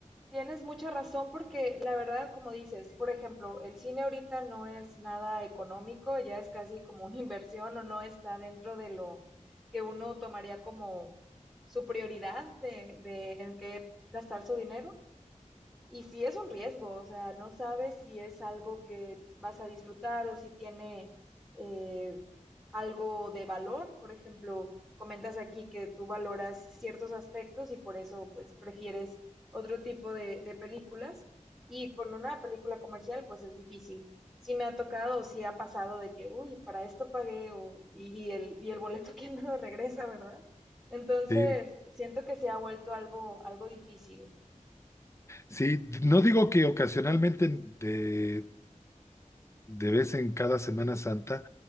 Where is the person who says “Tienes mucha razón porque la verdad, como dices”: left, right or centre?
Centre